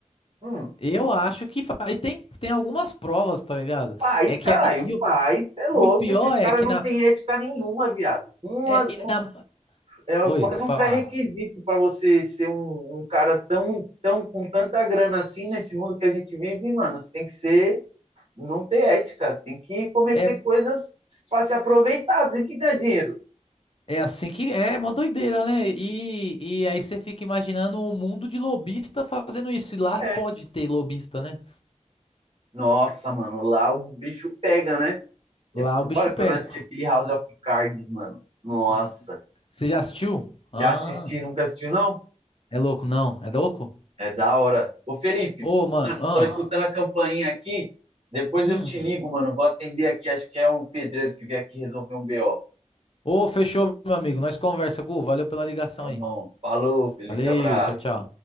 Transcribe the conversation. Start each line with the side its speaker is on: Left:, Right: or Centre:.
Right: Hum,
Left: Eu acho que faz. E tem, tem algumas provas, tá ligado?
Right: faz,
Left: É
Right: caralho,
Left: que, e, e o,
Right: faz. É louco.
Left: e o pior
Right: Esses
Left: é
Right: caras
Left: que
Right: não
Left: na,
Right: têm ética nenhuma, viado. Uma,
Left: é, e na-
Right: é
Left: Oi,
Right: quase
Left: fala.
Right: um pré-requisito para você ser um, um, cara tão, tão com tanta grana assim nesse mundo que a gente vive, mano. Você tem que ser, não ter ética, tem que cometer
Left: É,
Right: coisas para se aproveitar, assim que ganha dinheiro.
Left: é assim que é, uma doideira, né? E, e aí você fica imaginando o mundo de lobista fazendo isso. E lá
Right: É.
Left: pode ter lobista, né?
Right: Nossa, mano, lá o bicho pega, né? E
Left: Lá
Right: Foi
Left: o bicho
Right: da hora
Left: pega.
Right: que eu assisti aquele House of Cards, mano. Nossa,
Left: Hum, Você já assistiu? Ah,
Right: já assisti, nunca assistiu, não?
Left: é louco, não. É louco?
Right: É da hora. Ô, Felipe,
Left: Ô, mano,
Right: mano,
Left: ah.
Right: tô escutando a campainha aqui. Depois
Left: hum.
Right: eu te ligo, mano. Vou atender aqui. Acho que é o pedreiro que veio aqui resolver um BO.
Left: Ô, fechou, meu amigo. Nós conversa, Gu. Valeu pela ligação
Right: Tá
Left: aí.
Right: bom. Falou, Felipe.
Left: Valeu,
Right: Abraço.
Left: tchau, tchau.